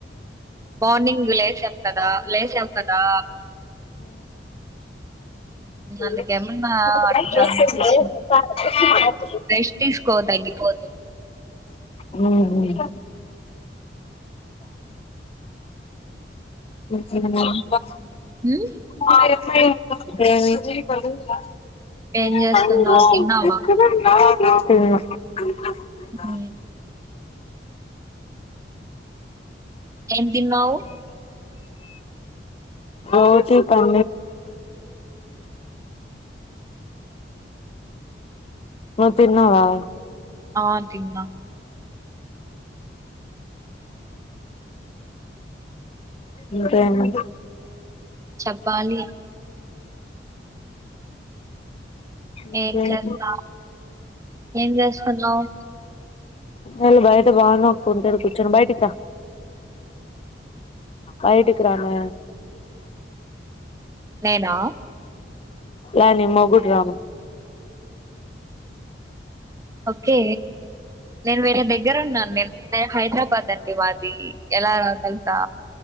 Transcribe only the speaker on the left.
<unintelligible>
ఉమ్ ఉం <unintelligible>
ఉమ్
ఆ చూద్దాం ఆ తిన్నవా
ఇంకా ఏంటి
ఇంకేమి
అళ బయట బాగున్నా కొంతరు కూర్చోం బయటికా బయటికి రానా
ఏ ని మొగుడు రా